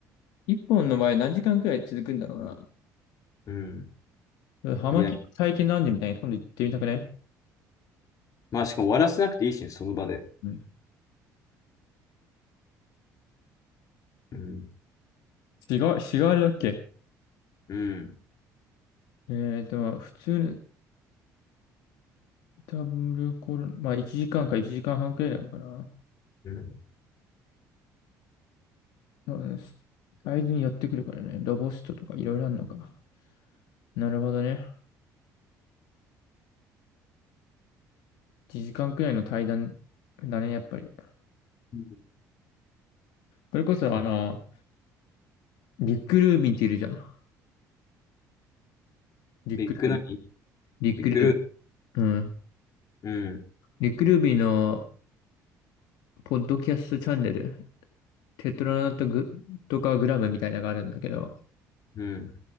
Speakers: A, on the left; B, on the left.
A: 一本の場合何時間くらい続くんだろう
B: うん。
A: な。ハマキ体験なんでみたいに今度行ってみたくね
B: いや、まあしかも終わらせなくていいしね、その場で。
A: うん。
B: うん。
A: 違う、違うあれだっけ
B: うん。
A: えーと、普通のダブルコロナ、まあ1時間か1時間半くらいなのかな。
B: うん。
A: うんサイズに寄ってくるからね。ロボストとかいろいろあるのか。なるほどね。1時間くらいの対談だね、やっぱり。
B: うん、
A: それこそあの、リック・ルービンっているじゃん。リック・
B: ビッグ何
A: ルービン。リック・
B: ビッグルー。
A: ルービン。うん。
B: うん、
A: リック・ルービンのポッドキャストチャンネル。テトラナットグとかグラムみたいなのがあるんだけど、
B: うん、